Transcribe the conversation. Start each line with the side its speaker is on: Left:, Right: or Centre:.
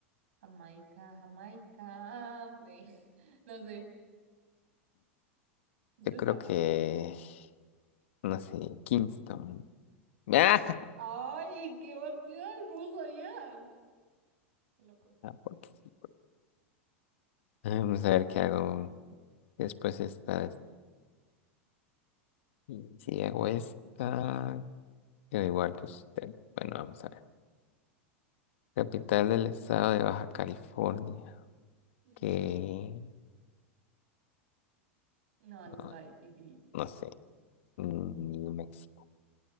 Right: Jamaica, Jamaica. eh, <laughs> No sé, usted
Left: Yo creo
Right: sabe.
Left: que, no sé, Kingston. <laughs>
Right: Ay, qué batida, ¿cómo sabías? Qué loco.
Left: Ah, porque sí. Vamos a ver qué hago después esta. Y Si hago esta, quedo igual que usted. Bueno, vamos a ver. Capital del estado de Baja California.
Right: No.
Left: Que
Right: No, eso
Left: ah,
Right: está dificilísimo.
Left: no sé. mm, New México.